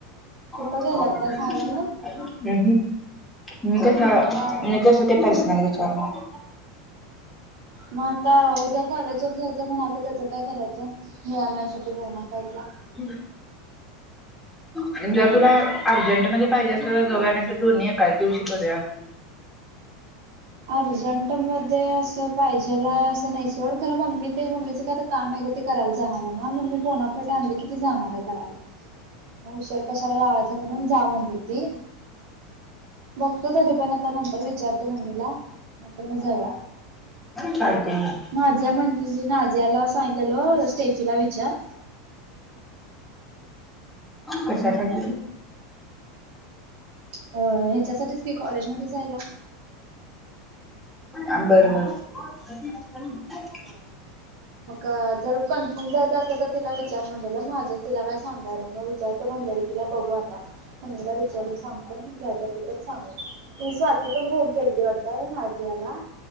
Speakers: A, in the centre; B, on the right.
A: <inaudible>
B: कुठं गेलात काय सांगितलं नाहीत?
A: मी कसं
B: मग आता आणि
A: मी कसं ते पर्सनल विचारणार
B: मग आता उद्या कॉलाजवर जायचं म्हणालतो तेच काय करायचं हे आनायसाठी बोनाफाईडला
A: हम् हम् जर तुला अर्जंटमदे पाहिजे असल तर जाऊया नाहीतर दोन्ही एकाच दिवशी करूया
B: अर्जंट मध्ये अस पाहिजेल हाय असं नाही सोड खर मम्मी ते मम्मीचं काय तर काम आहे ग काय ते करायला जाणार आहे ना मम्मी बोनाफाईट आणली की ती जाणार आहे करायला म उशर कशाला लावायच म्हणून जा म्हणलीती बघतो तरी पण आता नंतर विचारतो मम्मीला नाहीतर मग जाऊया.
A: चालतय घे
B: नाझिया म्हणलेली नाझियाला सांगितलेलो स्टेफीला विचार
A: कशासाठी
B: अ हेच्यासाठीच की कॉलेजमध्ये जायला
A: अ बरबर <unintelligible>
B: हा मग जर कन्फर्म जायचं असल तर तिला विचार म्हलेला निझिया तिला काय सांगा नाही ना विचारतो म्हणलेलो तिला बघू आता मम्मीला विचारून सांगतो घ्यायच असो तर सांगतो ती स्वाती पण फोन केलती वाटत नाझियाला